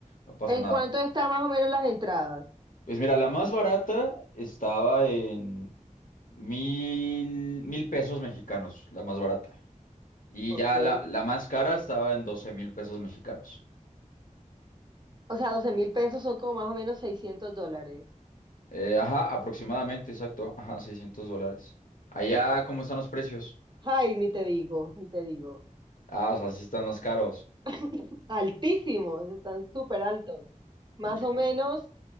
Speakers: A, on the left; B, on the right.
A: no pasa
B: ¿En
A: nada.
B: cuánto están más o menos las entradas?
A: Pues mira, la más barata estaba en mil, mil pesos mexicanos, la más barata. Y
B: Ok.
A: ya la, la más cara estaba en 12 mil pesos mexicanos.
B: O sea, doce mil pesos son como más o menos seiscientos dólares.
A: Eh, ajá, aproximadamente, exacto. Ajá, 600 dólares. Allá, ¿cómo están los precios?
B: Ay, ni te digo, ni te digo.
A: Ah, o sea, sí están más caros.
B: <laughs> Altísimos, están súper altos. Más
A: Híjole.
B: o menos